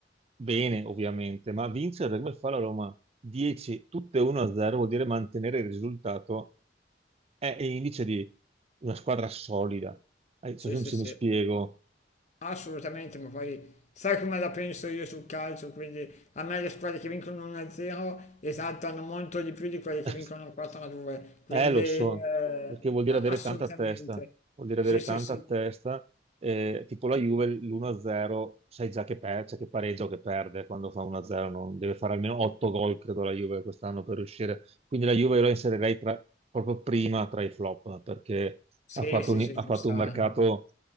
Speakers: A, on the right; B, on the left.
A: bene ovviamente, ma vincere come fa la Roma 10, tutte 1-0 vuol dire mantenere il risultato, è, è indice di una squadra solida. Eh, non
B: sì,
A: so se
B: sì,
A: mi se
B: sì.
A: mi spiego.
B: Assolutamente, ma poi sai come la penso io sul calcio, quindi a me le squadre che vincono 1-0 esaltano molto di più di quelle che
A: <laughs>
B: vincono 4-2, quindi
A: Eh, lo
B: eh,
A: so, perché vuol dire
B: a-
A: avere
B: assolutamente.
A: tanta testa, vuol dire
B: Sì,
A: avere
B: sì,
A: tanta
B: sì,
A: testa, eh, tipo la Juve l'1-0, sai già che, per- cioè che pareggia o che perde quando fa 1-0, non- deve fare almeno 8 gol, credo, la Juve quest'anno per riuscire. Quindi la Juve io la inserirei tra- proprio prima tra i flop, perché
B: sì,
A: ha fatto
B: sì,
A: un,
B: sì,
A: ha
B: ci
A: fatto
B: sta.
A: un mercato